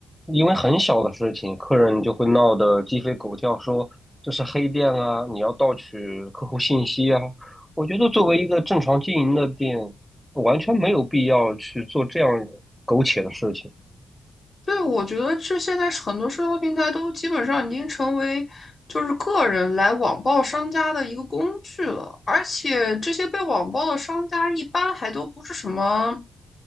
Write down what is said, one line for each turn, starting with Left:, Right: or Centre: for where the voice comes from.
Centre: 因为很小的事情，客人就会闹得鸡飞狗跳，说这是黑店啊，你要盗取客户信息啊。我觉得作为一个正常经营的店，完全没有必要去做这样苟且的事情。
Left: 对，我觉得这现在是很多社交平台都基本上已经成为就是个人来网暴商家的一个工具了，而且这些被网暴的商家一般还都不是什么